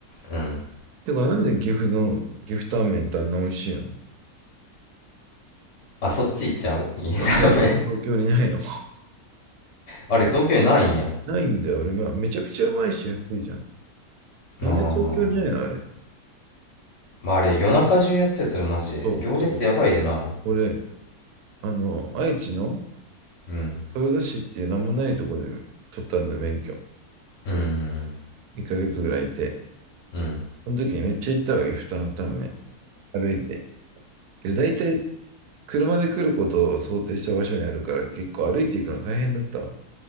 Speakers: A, on the left; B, on the right.
A: うん。
B: てか、なんで岐阜の岐阜タンメンってあんな美味しいの
A: あ、そっち行っちゃういや、
B: なんであれ東京にないの
A: ダメ。あれ、東京にないんや。
B: ないんだよ。俺、はめちゃくちゃうまいし安いじゃん。なんで東京にないのあれ。
A: あー。まあ、あれ、夜中中やってると、マジ、
B: そう、
A: 行列やばいでな。
B: そう。俺、あの、愛知の
A: うん。
B: 豊田市っていう名もないとこで取ったんだよ、免許。
A: うん。
B: 1ヶ月ぐらいいて。
A: うん。うん
B: その時にめっちゃ行ったわけ、負担タンメン。歩いて。けど大体、車で来ることを想定した場所にあるから、結構歩いていくの大変だったわ。